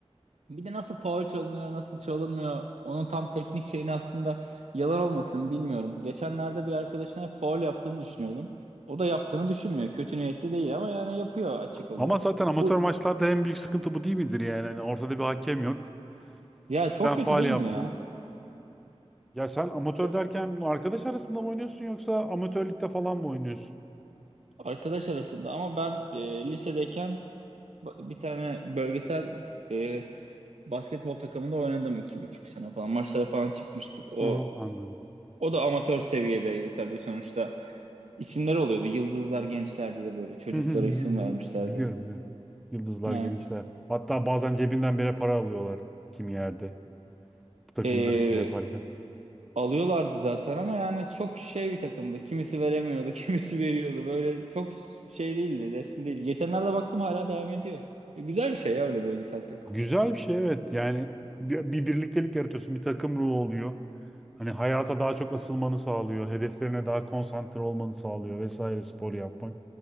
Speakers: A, on the right (about 75°); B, in the centre.
A: Bir de nasıl faul çalınıyor, nasıl çalınmıyor, onun tam teknik şeyini aslında yalan olmasın bilmiyorum. Geçenlerde bir arkadaşına faul yaptığını düşünüyordum. O da yaptığını düşünmüyor. Kötü niyetli değil ama yani yapıyor açık olarak.
B: Ama zaten amatör
A: Bu
B: maçlarda en büyük sıkıntı bu değil midir yani? Hani ortada bir hakem yok.
A: ya çok
B: Ben
A: kötü
B: faal
A: değil
B: yaptım.
A: mi ya?
B: Ya sen amatör
A: Şu
B: derken bunu arkadaş arasında mı oynuyorsun yoksa amatörlükte falan mı oynuyorsun?
A: arkadaş arasında ama ben e, lisedeyken ba- bir tane bölgesel e, basketbol takımında oynadım iki buçuk sene falan. Maçlara falan çıkmıştık. O
B: Hı hı, anladım.
A: O da amatör seviyedeydi tabii sonuçta. İsimler oluyordu. Yıldızlar Gençler diye böyle
B: <laughs>
A: çocuklara
B: Hı hı hı
A: isim
B: hı
A: vermişlerdi.
B: hı. Biliyorum biliyorum. Yıldızlar
A: Yani,
B: gençler. Hatta bazen cebinden bile para alıyorlar kim yerde. Bu takımları
A: eee,
B: şey yaparken.
A: alıyorlardı zaten ama yani çok şey bir takımdı. Kimisi veremiyordu, <laughs> kimisi veriyordu. Böyle çok şey değildi, resmi değil. Geçenlerde baktım hala devam ediyor. E, güzel bir şey ya öyle bölgesel takım.
B: Güzel bir şey evet. Yani bir, bir birliktelik yaratıyorsun. Bir takım ruhu oluyor. Hani hayata daha çok asılmanı sağlıyor. Hedeflerine daha konsantre olmanı sağlıyor vesaire spor yapmak.